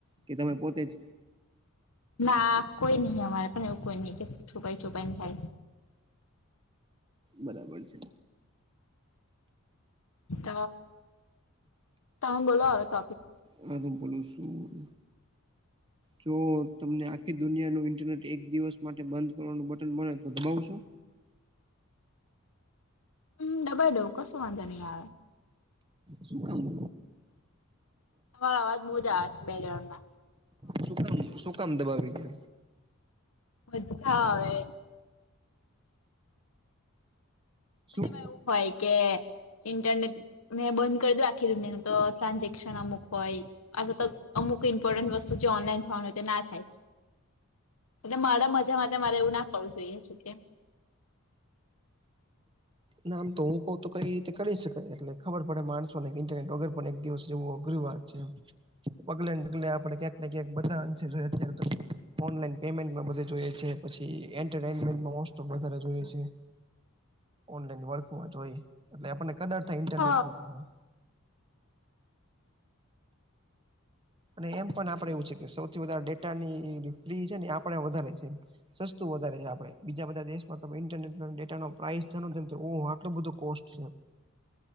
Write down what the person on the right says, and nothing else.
કે તમે પોતે જ?
બરાબર છે.
હા, તો બોલો શું?
જો તમને આખી દુનિયા નું ઇન્ટરનેટ એક દિવસ માટે બંધ કરવાનું બટન મળે, તો દબાવશો.
શું કામ?
શું કામ? શું કામ? દબાવી દે.
શું
ના, આમ તો હું કઉ તો કઈ રીતે કરી શકાય, એટલે ખબર પડે માણસો ને ઇન્ટરનેટ વગર, પણ એક દિવસ રેવું અઘરી વાત છે. પગલે ને ડગલે આપડે ક્યાંક ને ક્યાંક બધા અંશે જોઈએત્યારે તો ઓનલાઈન પેમેન્ટમાં બધે જોઈએ છે. પછી એન્ટરમેન્ટમાં મોસ્ટપ વધારે જોએ છેવ ઓનલાઈન વર્કમાં જોય એટલે આપણને કદાર થાય ઇન્ટરનેટની.
અને એમ પણ આપડે એવું છે કે સૌથી વધારે ડેટાની ફ્રી છે ને આપડે વધારે છે. સસ્તું વધારે છે આપડે બીજા બધા દેશમાં ઇન્ટરનેટ ડેટા પ્રાઇસ નો જોમ તો ઓહ આટલો બધો કોસ્ટ